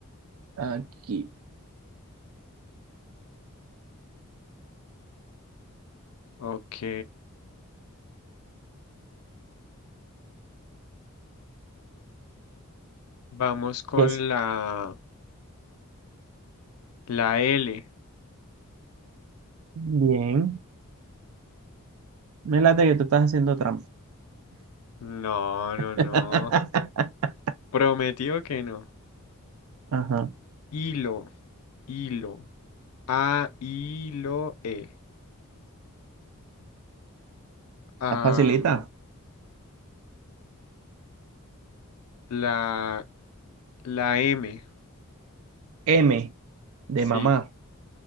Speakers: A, on the right; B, on the left.
A: aquí.
B: Ok. Vamos con
A: Es.
B: la, la L.
A: Bien. Me late que tú estás haciendo trampa.
B: No, no,
A: <laughs>
B: no. Prometido que no.
A: Ajá.
B: Hilo, hilo. A, hilo, E. Am,
A: La facilita.
B: la, la M.
A: M de
B: Sí.
A: mamá.